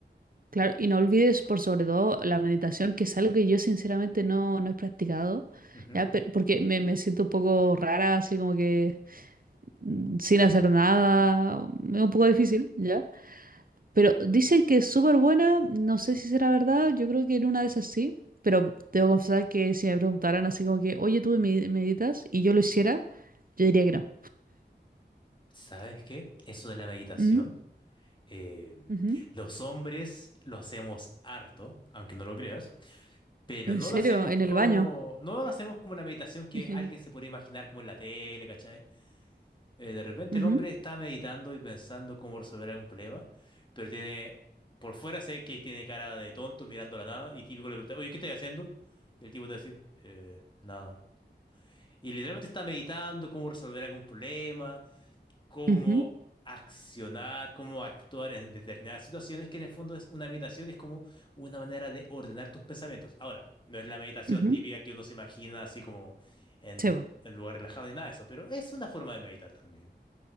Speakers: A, on the right; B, on the left.
A: Claro, y no olvides por sobre todo la meditación, que es algo que yo sinceramente no, no he practicado,
B: Ujú.
A: ya, pero, porque me, me siento un poco rara, así como que mm, sin hacer nada, es un poco difícil, ¿ya? Pero dicen que es súper buena, no sé si será verdad, yo creo que en una de esas sí, pero debo confesar que si me preguntaran así como que, oye, tú me- meditas y yo lo hiciera, yo diría que no.
B: ¿Sabes qué? Eso de la meditación.
A: Mm,
B: eh,
A: ujú.
B: los hombres lo hacemos harto, aunque no lo creas, pero
A: ¿En
B: no
A: serio?
B: lo hacemos
A: ¿En
B: como,
A: el baño?
B: no lo hacemos como la meditación que
A: <laughs>
B: alguien se puede imaginar como en la tele, ¿cachai? Eh, de repente
A: Ujú,
B: el hombre está meditando y pensando cómo resolver algún problema, pero tiene, por fuera sé que tiene cara de tonto mirando a la nada y típico le pregunta, oye, ¿qué estás haciendo? Y el tipo te va a decir, "Eh, nada. Y literalmente está meditando cómo resolver algún problema, cómo
A: ujú,
B: accionar, cómo actuar en determinadas situaciones, que en el fondo es una meditación, es como una manera de ordenar tus pensamientos. Ahora, no es la meditación
A: ujú.
B: típica que uno se imagina así como en
A: Sí, po.
B: un lugar relajado ni nada de eso, pero es una forma de meditar también.